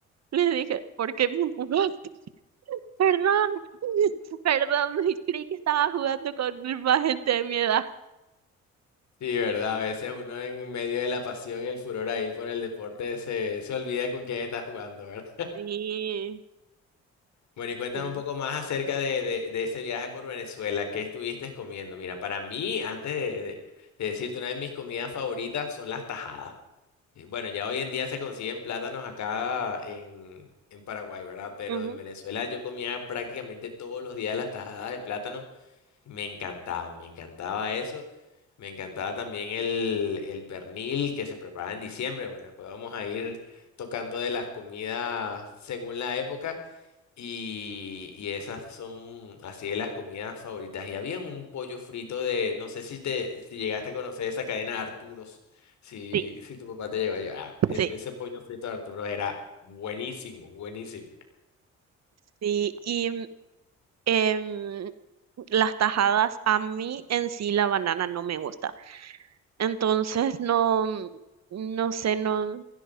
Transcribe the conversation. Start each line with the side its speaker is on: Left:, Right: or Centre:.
Right: le dije, ¿por qué me empujaste? Perdón, <laughs> perdón, creí que estaba jugando con más gente de mi edad.
Left: Sí, verdad, a veces uno en medio de la pasión y el furor ahí por el deporte se, se olvida con quién está jugando, ¿verdad?
Right: Sí,
Left: Bueno, y cuéntame
Right: sí.
Left: un poco más acerca de, de- de ese viaje por Venezuela. ¿Qué estuviste comiendo? Mira, para mí, antes de, de- de decirte, una de mis comidas favoritas son las tajadas. Y Bueno, ya hoy en día se consiguen plátanos acá en, en Paraguay, ¿verdad? Pero
Right: Ujú.
Left: en Venezuela yo comía prácticamente todos los días las tajadas de plátano. Me encantaba, me encantaba eso. Me encantaba también el, el pernil que se preparaba en diciembre. Bueno, después vamos a ir tocando de las comidas según la época. Y, y esas son así de las comidas favoritas. Y había un pollo frito de, no sé si te, si llegaste a conocer esa cadena Arturos, si,
Right: Sí,
Left: si tu papá te llegó a llevar. el-
Right: sí,
Left: Ese pollo frito de Arturos era buenísimo, buenísimo.
Right: sí. Y mm, em, las tajadas, a mí en sí la banana no me gusta. Entonces no, mm, no sé, no,